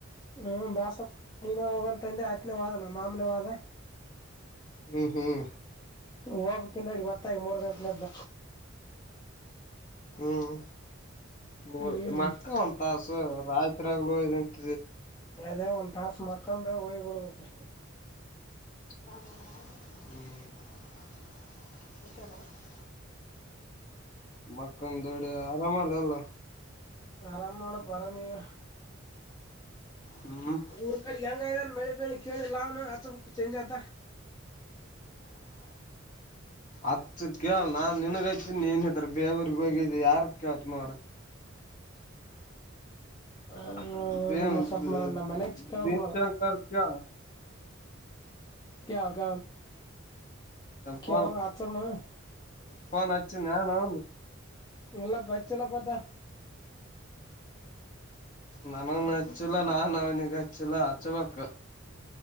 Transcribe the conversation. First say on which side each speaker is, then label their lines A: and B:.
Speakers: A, on the left (about 20°); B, on the left (about 40°).
A: ಹ್ಮ ಬ್ಯಾಸ ನೀನ ಹೋಗಂತ ಅಂದ್ರೆ ಆತ್ನೇವಾದ ನಾವ್ ಮಾಮೂನವಾದ.
B: ಹ್ಮ್ ಹ್ಮ್
A: ಹೋಗಬೇಕ <unintelligible> ಅಡ ಮತ್ತಾಯ ಮೂರು ಗಂಟನದ್ದ
B: ಹ್ಮ್ ಮೂ
A: ಹ್ಮ್
B: ಮಕ್ಕ ಒಂದ ತಾಸು ರಾಯತ್ರಿಾಗಲು ಇಂತ
A: ಅದೇ ಒಂದ್ ತಾಸ ಮಕ್ಕಂದ ಹೊಯ್ಬಡ್ಬೇಕು ಮತ್ತ
B: <unintelligible> ಮಕ್ಕನ್ ದೊಡ್ಡ ಆರಾಮ ಅಲ್ಲ ಅಲ್ಲ.
A: ಆರಾಮ್ ನೋಡ ಪ ಅರಾಮಿಗ
B: ಹ್ಮ್
A: ಊರ್ ಕಡೆ ಹೆಂಗ ಇದದಾನ ಮಳೆ ಬೆೇಳಿ ಕೇಳಿ ಲಾವ್ನು ಆ ಬಕ್ ಚೇಂಜ್ ಆತ.
B: <inaudible> ಅತ್ ಕೇಳ ನಾನ್ ನಿನಗಾಯ್ತೀನಿ ನೀನಿದ್ರ ಬೇವರ್ಗ್ ಹೋಗಿದ್ದಿ ಯಾರ್ ಕೇಳ್ತಿ ನೊಡ್ ಹ
A: ಹ್ಮ್ ಹೌದೌದು
B: ದವಶಕ
A: ಸ್ವಲ್ಪ ನಮ್ಮ ಮನೆ ಹಚ್ಚಿ ಕೇಳ್ಬೇಕ್ ನೋಡ
B: ಕ <unintelligible>
A: ಕ ಕ ಕೇ
B: ಫೋನ್
A: ಆತಸಮ್ಮ <unintelligible>
B: ಫೋನ್ ಅಚ್ಚಿನೇನೋ
A: ಇಲ್ಲ ಪಚ್ಚಿಲ ಪತ
B: ನನ್ ಹಚ್ಚುಲ ನಾನನ್ ಅವನಗಚ್ಚಲ ಅಚ್ಚವಾಕ